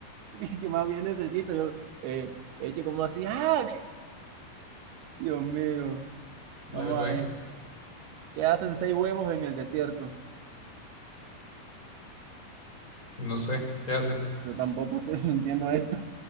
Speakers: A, on the right; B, on the left.
A: <laughs> ¿qué más bien necesito? Yo, eh, eche como así, ¡ah! Dios mío.
B: Dale,
A: Vamos
B: pues.
A: a ver. ¿Qué hacen seis huevos en el desierto?
B: No sé, ¿qué hacen?
A: Yo tampoco sé, <laughs> no entiendo esto.